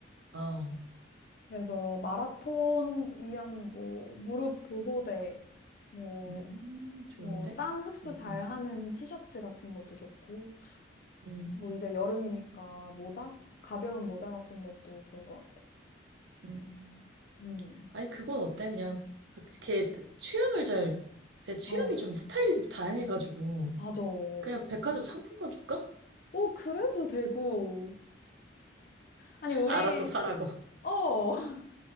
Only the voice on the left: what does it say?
그래서 마라톤 위한 뭐 무릎 보호대, 뭐,
뭐 땀 흡수
잘하는
티셔츠 같은 것도 좋고,
뭐 이제 여름이니까 모자? 가벼운 모자 같은 것도 좋을 것 같아.
음,
어,
맞아. 오,
그래도 되고. 아니, 우리,
어, <laughs>